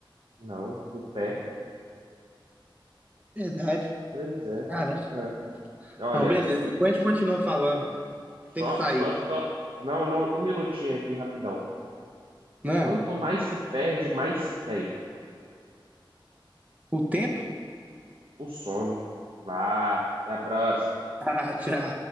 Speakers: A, on the right; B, on the right.
A: Não, o pé.
B: Verdade.
A: Pois é.
B: Caramba.
A: É. Olha,
B: Não, beleza.
A: o
B: Depois a gente continua falando.
A: Só,
B: Tem que sair.
A: só, só. Não, não, um minutinho aqui, rapidão.
B: Né?
A: Quanto mais se perde, mais se tem.
B: O tempo?
A: O sono. Vá, até a próxima.
B: Ah, tchau.